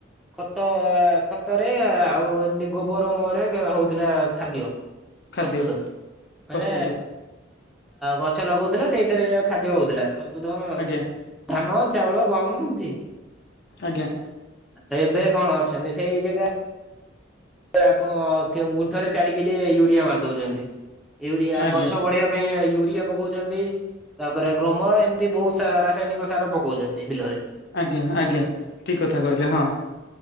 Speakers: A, in the centre; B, on the left.
A: ଖତ ଖତରେ ଆଉ ଏମତି ଗୋବରୋବରେ ହଉଥିଲା ଖାଦ୍ୟ
B: ଖାଦ୍ୟ
A: ପ୍ରସ୍ତୁତ ମାନେ
B: ପ୍ରସ୍ତୁତ
A: ଗଛ ଲଗଉଥିଲା ସେଇଥିରେ ଖାଦ୍ୟ ହଉଥିଲା ପ୍ରସ୍ତୁତ ହ
B: ଆଜ୍ଞା
A: ଧାନ ଚାଉଳ ଗହମ ଏମିତି
B: ଆଜ୍ଞା।
A: ଏବେ କଣ ଅଛନ୍ତି ସେଇ ଜାଗା ଆପଣ ଗୁଣ୍ଠରେ ଚାରି କିଲି ୟୁରିଆ ମାରିଦଉଛନ୍ତି ୟୁରିଆ
B: ଆଜ୍ଞା
A: ଗଛ ବଢେଇବା ପାଇଁ ୟୁରିଆ ପକଉଛନ୍ତି। ତାପରେ ଗ୍ରୋମର ଏମିତି ବହୁତ ସାରା ରାସାୟନିକ ସାର ପକଉଛନ୍ତି ବିଲରେ।
B: ଆଜ୍ଞା ଆଜ୍ଞା ଠିକ୍ କଥା କହିଲେ ହଁ।